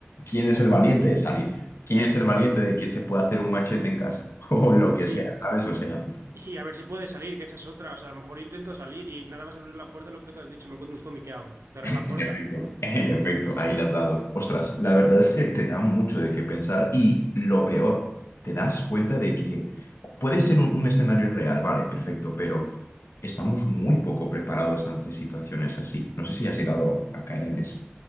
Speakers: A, on the left; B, on the right.
A: ¿quién es el valiente de salir? ¿Quién es el valiente de que se puede hacer un machete en casa? <laughs> O lo
B: Sí,
A: que sea, ¿sabes? O sea,
B: Y a ver si puede salir, que esa es otra. O sea, a lo mejor yo intento salir y nada más abrir la puerta, lo que tú has dicho, me encuentro un zombie, ¿qué hago? Cerrar
A: <laughs> en
B: la puerta.
A: efecto, en efecto, ahí las has dado. Ostras, la verdad es que te da mucho de qué pensar y lo peor, te das cuenta de que puede ser un, un escenario real, vale, perfecto, pero estamos muy poco preparados ante situaciones así. No sé si has llegado a caer en eso.